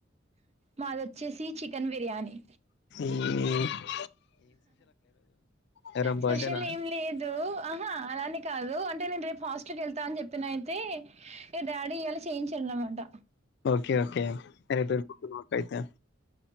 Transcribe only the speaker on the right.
మాదిొచ్చేసి చికెన్ బిర్యానీ
స్పెషల్
ఏం లేదు అహా అలా అని కాదు అంటే నేను రేపు హాస్టల్కి వెళ్తా అని చెప్పినయితే ఏ డాడీ ఇ యాలా చేయించాను అనమాట